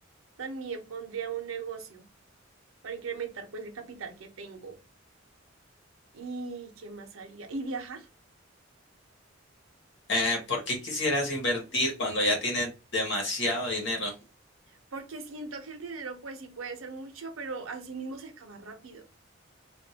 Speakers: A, on the right (about 85°); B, on the left (about 60°).
A: también pondría un negocio para incrementar pues el capital que tengo. ¿Y qué más haría? ¿Y viajar?
B: Eh, ¿por qué quisieras invertir cuando ya tienes demasiado dinero?
A: Porque siento que el dinero, pues sí puede ser mucho, pero así mismo se acaba rápido.